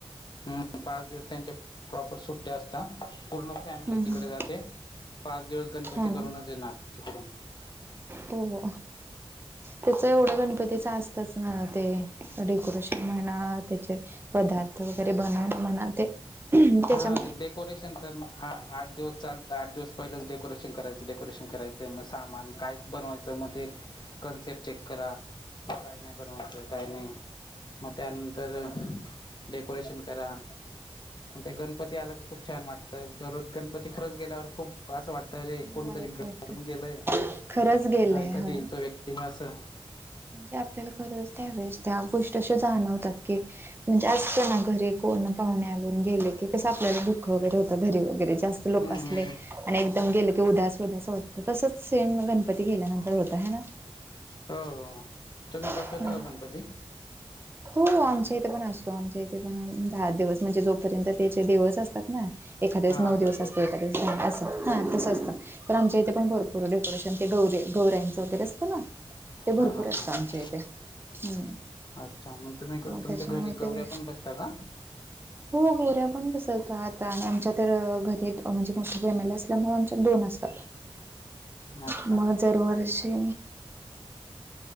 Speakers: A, on the left; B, on the right.
A: हम्म पाच दिवस त्यांच्या प्रॉपर सुट्टे असतात पूर्ण फॅमिली
B: हम्म हम्म
A: तिकडे जाते. पाच दिवस गणपती
B: हा
A: करूनच
B: ना
A: येणार तिकडून.
B: ह हो त्याच एवढं गणपतीच असतच ना ते डेकोरेशन. म्हणा त्याचे पदार्थ वगैरे बनवून म्हणा ते. त्याच्या
A: हा ते डेक कोरेशन तर आठ दिवस चाल तर आठ दिवस पहिलेच डेकोरेशन कराचं डेकोरेशन करायच. ते मग सामान काय बनवायचं मग ते कन्सेप्ट चेक करा. काय नाही बनवायचं काय नाही. मग त्यानंतर डेकोरेशन करा. मग ते गणपती आला की खूप छान वाटतं गणपती खरंच गेल्यावर खूप. असं वाटत रे
B: वाईट
A: कोणीतरी घरातून
B: वाटत
A: गेलंय
B: खरंच गेलंय
A: आणि कधी
B: होय
A: येईल तो व्यक्ती हे असं.
B: म्हणजे आपल्याला खरच त्यावेळेस त्या गोष्टी अशा जाणवतात की म्हणजे आस त ना घरी कोण पाहुणे आले गेले की कस आपल्याला दुःख वगैरे होतं घरी वगैरे जास्त लोक असले.
A: हम्म हम्म
B: आणि एकदम गेलं की उदास उदास वात तसच सेन गणपती गेल्यानंतर होत हे ना.
A: हो हो तुम्ही बसवता
B: ना
A: का गणपती.
B: हो आमच्या इथे पण असतो आमच्या इथे पण दहा दिवस म्हणजे जोपर्यंत त्याचे देवस असतात ना. एखा
A: हा
B: नऊ
A: अकरा
B: दिवस असतो एखा दिवस दहा असं हां तसं असतं पण आमच्या इथे पण भर पूर डेकोरेशन ते गे गौऱ्यांच वगैरे असतं ना. ते
A: हा
B: भरपूर
A: हा
B: असत
A: हा
B: आमच्या इथे हम्म.
A: अच्छा मग तुम्ही
B: मग
A: तुमच्या
B: त्याच्यामुळे
A: घरी
B: ते
A: गौऱ्या पण बसता का?
B: हो गोऱ्या पण बसवतात आता आणि आमच्या तर घरी म्हणजे मोठ फॅमिली असल्यामुळे आमच्या दोन असतात.
A: <inaudible> अच्छा
B: मग जर वर्षी.